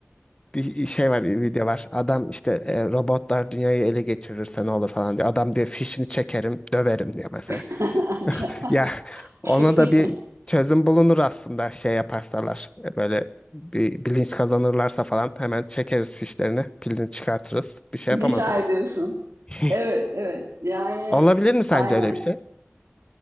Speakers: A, on the left; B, on the right.
A: bir şey var, bir video var. Adam işte e, robotlar dünyayı ele geçirirse ne olur falan diyor. Adam diyor fişini çekerim, döverim diyor mesela.
B: <laughs>
A: <laughs> Ya ona
B: Çok
A: da
B: iyi.
A: bir çözüm bulunur aslında şey yaparsalar. E, Böyle bir bilinç kazanırlarsa falan hemen çekeriz fişlerini, pilini çıkartırız. Bir şey
B: Biter
A: yapamazsınız.
B: diyorsun.
A: <laughs>
B: Evet, evet. Yani
A: Olabilir mi sence
B: aynen.
A: öyle bir şey?